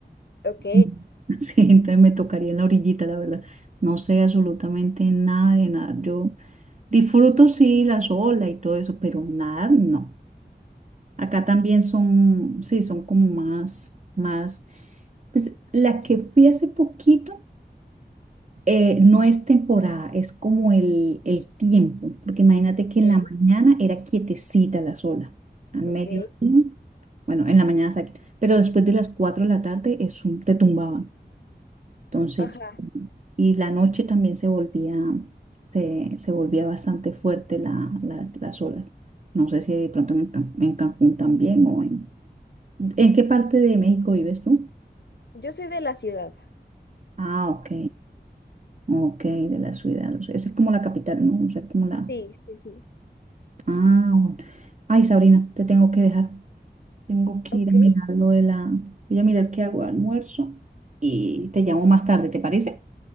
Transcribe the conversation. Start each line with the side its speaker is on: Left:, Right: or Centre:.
Left: Ok,
Right: Mm. <laughs> Sí, entonces me tocaría en la orillita, la verdad. No sé absolutamente nada de nadar. Yo disfruto sí las olas y todo eso, pero nadar no. Acá también son, sí, son como más, más pues la que fui hace poquito eh, no es temporada, es como el, el tiempo, porque imagínate que en
Left: ok,
Right: la mañana era quietecita la sola, al
Left: ok.
Right: mediodía, bueno, en la mañana saqué, pero después de las 4 de la tarde es un- te tumbaban, entonces,
Left: Ajá,
Right: y la noche también se volvía, se, se volvía bastante fuerte la, las, las olas. No sé si de pronto en, Can- en Cancún también o en... ¿En qué parte de México vives tú?
Left: yo soy de la ciudad.
Right: Ah, ok. Ok, de la ciudad. o sea, esa es como la capital, ¿no? O sea, como la...
Left: Sí, sí, sí.
Right: Ah, bueno. Ay, Sabrina, te tengo que dejar. Tengo que
Left: Ok,
Right: ir a mirar lo de la... Voy a mirar qué hago de almuerzo y te llamo más tarde, ¿te parece?